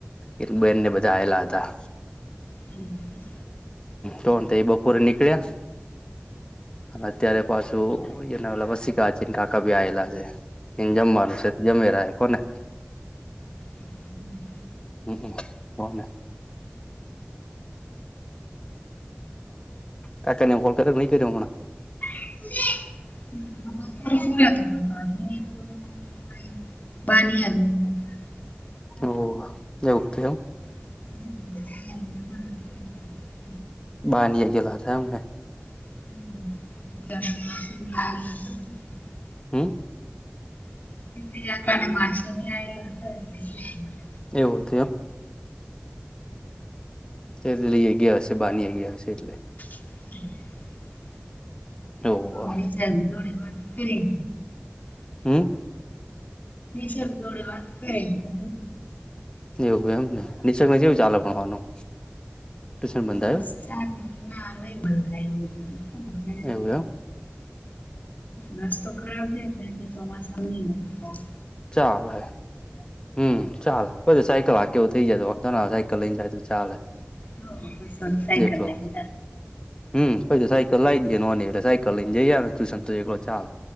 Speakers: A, on the left (about 20°); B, on the left (about 45°).
A: એક બેન ને બધા આવેલા હતા
B: હમ્મ
A: તોણ તો એ બપોરે નીકળ્યા અને અત્યારે પાછું કોઈ ને ઓ બસી કાચીન કાકા બીયલા છે એ જમવાનું છે જમેલા કોને
B: હમ
A: હમમ બને કાકાની કોલ કર ન કર્યો
B: <unintelligible> બાની.
A: ઓ એવત એું
B: <unintelligible>
A: બાનિયા ગેલા થ એમને
B: <unintelligible>
A: હમ
B: <unintelligible>
A: એવું છે એમ એ લઈ ગયા હશે બાની ગયા હશે એટલે
B: <unintelligible>
A: ઓહો
B: ઓી સ ધડી વા ફરી
A: હમ
B: સર થોડે વાત કરે તો
A: એવું એમ ને નિસર્ગમાં જેવું ચાલે ભણવાનું ટ્યુશન બંધાયું
B: બ ચ ના નહી બંધ
A: એવું એમ
B: રસ્તો ખરાબ છેથી ચોમાસા નહી બનતા
A: ચલે હમ ચાલ પછી સાયકલ આ કેવું થઇ જાય તો વાંધો ના સાયકલ લઈને જાય તો ચાલે
B: હ બસ સાયકલ
A: એકલો
B: લઈ
A: હમ પછી સાયકલ લાવ દઈ ન એટલે સાયકલ લઈને જઈ ને ટ્યુશન તો એકલો ચા